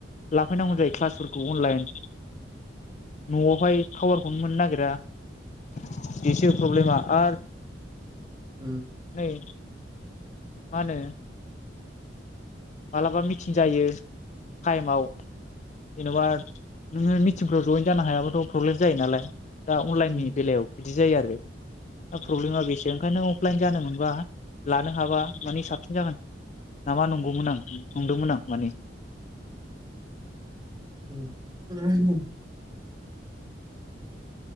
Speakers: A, on the left; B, on the right.
A: लाफैनांगौ जायो क्लासफोरखौ अनलाइन न'आवहाय टावारखौनो मोननो नागिरा बेसो प्रब्लेमा आरो
B: हम
A: <unintelligible> मा होनो मालाबा मिथिं जायो टाइमाव जेनेबा नोङो मिथिंफ्राव जयेन जानो हायाबाथ' प्रब्लेम जायो नालाय दा अनलाइननि
B: उम
A: बेलायाव बिदि जायो आरो दा प्रब्लेमा बेसो ओंखायनो अफलाइन जानो मोनबा लानो हाबा मानि साबसिन जागोन नाामा नंगौमोन आं नंदोंमोन आं माने
B: <unintelligible>